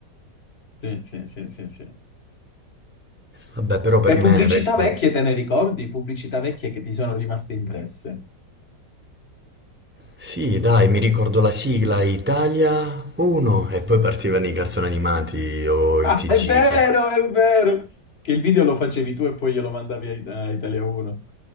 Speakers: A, on the left; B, on the right.
A: Sì, sì, sì, sì, sì.
B: Vabbè, però per
A: E
B: me
A: pubblicità
B: resta
A: vecchie te ne ricordi? Pubblicità vecchie che ti sono rimaste impresse.
B: Sì, dai, mi ricordo la sigla Italia 1 e poi partivano i cartoni animati o il
A: Ah,
B: TG.
A: è vero,
B: com-
A: è vero. Che il video lo facevi tu e poi glielo mandavi a, a Italia 1.